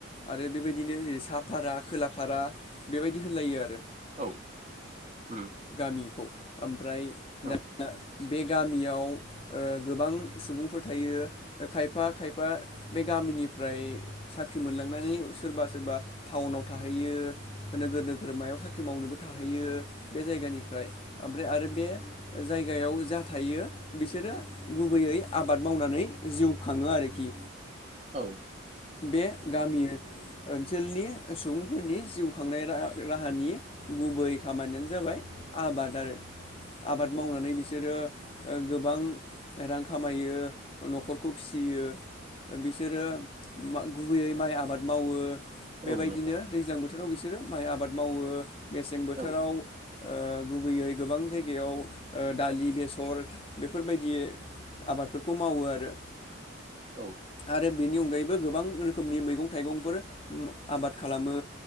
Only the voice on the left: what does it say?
आरो बेबायदिनो साहा भारा खोला भारा बेबायदि होनलायो आरो
गामिखौ। ओमफ्राय
दानिया बे गामियाव ओ गोबां सुबुंफोर थायो खायफा खायफा बे गामिनिफ्राय साख्रि मोनलांनानै सोरबा सोरबा टाउनाव थाहैयो नोगोर नोगोर मायाव साख्रि मावनोबो थाहैयो। बे जायगानिफ्राय ओमफ्राय आरो बे जायगायाव जा थायो बिसोरो गुबैयै आबाद मावनानै जिउ खाङो आरोखि।
बे गामि ओनसोलनि सुबुंफोरनि जिउ खांनाय रा राहानि गुबै खामानियानो जाबाय आबाद आरो। आबाद
मावनानै बिसोरो ओ गोबां रां खामायो न'खरखौ फिसियो बिसोरो मा गुबैयै माइ आबाद मावो। बेबायदिनो
दैज्लां बोथोराव बिसोरो माइ आबाद मावो। मेसें बोथोराव
ओ गुबैयै गोबां जायगायाव ओ दालि बेसर बेफोरबायदि आबादफोरखौ मावो आरो
आरो बेनि अगायै बो गोबां रोखोमनि मैगं थाइगंफोर आबाद खालामो